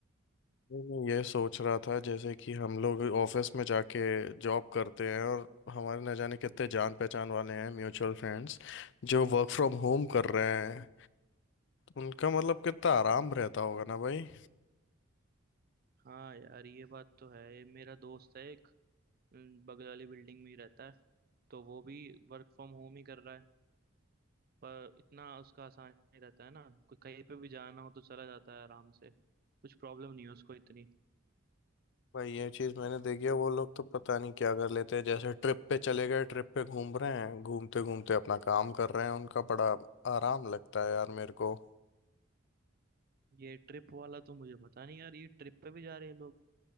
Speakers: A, on the left; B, on the right.
A: नहीं, मैं ये सोच रहा था जैसे कि हम लोग ऑफिस में जाके जॉब करते हैं और हमारे न जाने कितने जान पहचान वाले हैं म्यूचुअल फ्रेंड्स जो वर्क फ्रॉम होम कर रहे हैं उनका मतलब कितना आराम रहता होगा ना भाई
B: हाँ यार ये बात तो है ये मेरा दोस्त है एक अम, बगल वाली बिल्डिंग में ही रहता है तो वो भी वर्क फ्रॉम होम ही कर रहा है पर इतना उसका आसान नहीं रहता है ना कोई कहीं पे भी जाना हो तो चला जाता है आराम से कुछ प्रॉब्लम नहीं है उसको इतनी
A: भाई ये चीज मैंने देखी है वो लोग तो पता नहीं क्या कर लेते हैं जैसे ट्रिप पे चले गए ट्रिप पे घूम रहे हैं घूमते घूमते अपना काम कर रहे हैं उनका बड़ा आराम लगता है यार मेरे को
B: ये ट्रिप वाला तो मुझे पता नहीं यार ये ट्रिप पे भी जा रहे हैं लोग